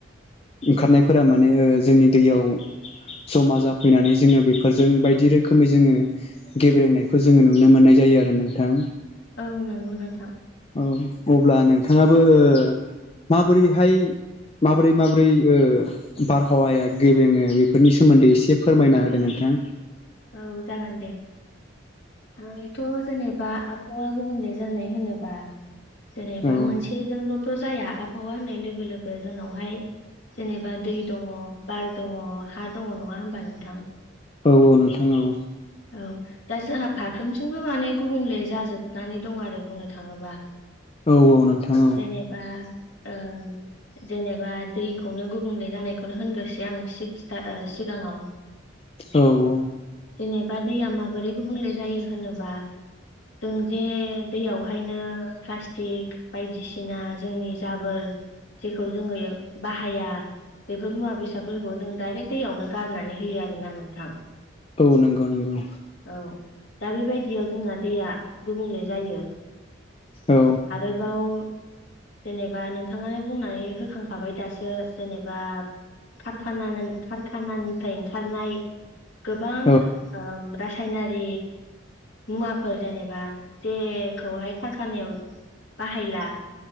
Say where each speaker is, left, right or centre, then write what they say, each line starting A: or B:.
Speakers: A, on the left; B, on the left.
A: ओंखारनायफोरा माने ओ जोंनि दैयाव जमा जाफैनानै जोङो बेफोरजों बायदि रोखोमै जोङो गेब्रेेंनायखौ जोङो नुनो मोननाय जाय जायो आरो नोंथां।
B: औ नंगौ नोंथां।
A: औ अब्ला नोंथाङाबो ओ माब्रैहाय माबोरै माबोरै ओ बारहावाया गेब्रेङो बेफोरनि सोमोन्दै एसे फोरमायना होदो नोंथ थां।
B: औ जागोन दे‌। आंथ' जेनेबा आबहावा गुबुंले जानाय होनोबा जेनेबा
A: औ
B: मोनसेजोंल'थ' जाया आबहावा होननाय लोगो लोगो जोंनावहाय जेनेबा दै दङ, बार दङ, हा दङ नङा होमबा नोंथां?
A: औ औ नोंथां औ।
B: औ दा जोहा फारफ्रोमथिंबो माने गुबुंले जाजोबनानै दं आरो बुंनो थाङोबा।
A: औ औ नोंथां
B: जेनेबा ओ जेनेबा दैखौनो गुबुंले जानायखौनो होनग्रोसै आं सिक्स-टार-ओ-सिगाङाव
A: औ औ।
B: जेनेबा दैया माबोरै गुबुंले जायो होनोबा जों जे दैयावहायनो प्लास्टिक बायदिसिना जोंनि जाबोर जेखौ जोङो बाहाया बेफोर मुवा बेसादफोरखौ जों दाइरेक्ट दैयावनो गारनानै होयो आरोना नोंथां
A: औ नंगौ नंगौ
B: औ दा बेबायदियाव जोंना दैया गुबुंले जायो
A: औ
B: आरोबाव जेनेबा नोंथाङानो बुंनानै होखांखाबाय दासो जेनेबा कारा कारखानानिफ्राय ओंखारनाय गोबां
A: औ
B: ओम रासायनारि मुवाफोर जेनेबा जेखौहाय खारखानायाव बाहायला